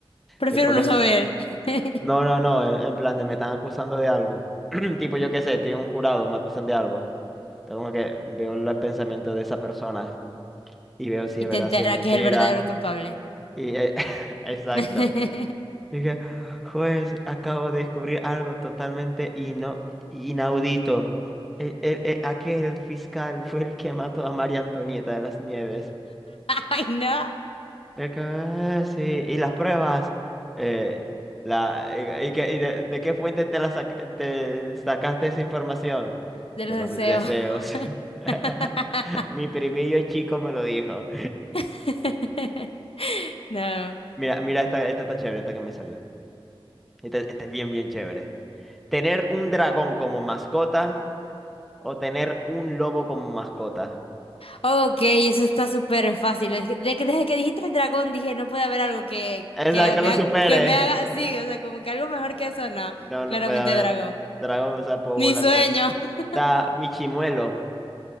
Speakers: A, on the left; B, in the centre.
A: Prefiero
B: es como que...
A: no saber. <laughs>
B: No, no, no, en, en plan de me están acusando de algo. <clears throat> Tipo, yo qué sé, estoy en un jurado, me acusan de algo. Tengo como que veo el pensamiento de esa persona y veo si
A: Y
B: es
A: te
B: verdad,
A: entera
B: si es mentira.
A: que es el verdadero culpable.
B: Y, eh, <laughs> exacto.
A: <laughs>
B: Dije, juez, acabo de descubrir algo totalmente ino- inaudito. El, el- el- aquel fiscal fue el que mató a María Antonieta de las Nieves.
A: Ay, no.
B: De que, "Ah, sí, y las pruebas. Eh, la, eh, y que- y de, de qué fuente te, la saca- te sacaste esa información?
A: De
B: De
A: los
B: los
A: deseos.
B: deseos. <laughs>
A: <laughs>
B: Mi primillo chico me lo dijo.
A: <laughs> No.
B: Mira, mira, esta, esta está chévere, esta que me salió. Esta, esta es bien, bien chévere. Tener un dragón como mascota o tener un lobo como mascota.
A: Ok, eso está súper fácil. Es que- de que- desde que dijiste el dragón dije, no puede haber algo que,
B: Esa
A: que
B: que
A: me
B: lo
A: haga,
B: supere.
A: que me haga así. O sea, como que algo mejor
B: Eh,
A: que eso, no.
B: no, no
A: Claramente
B: puede haber.
A: dragón.
B: Dragón, o sea, puedo
A: Mi
B: volar
A: sueño.
B: con.
A: <laughs>
B: O mi chimuelo.